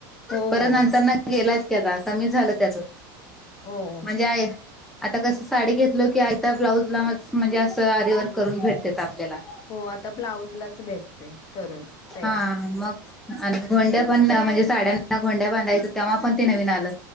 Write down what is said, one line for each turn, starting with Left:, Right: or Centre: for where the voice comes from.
Left: हो
Centre: परत
Left: हो
Centre: नंतरन गेलाच की आता. कमी झालं त्याचं.
Left: हो
Centre: म्हणजे आयर आता कसं, साडी घेतलो की, आयता ब्लाऊजलाच म्हणजे असं, आरीवर्क करून भेटतेेत आपल्याला.
Left: हो आता ब्लाउजलाच भेटतय, करून. तयार.
Centre: हा, मग? आणि गोंड्या पण ना. म्हणजे, साड्यांना गोंड्या बांधायचं, तेव्हा पण ते नवीन आलं.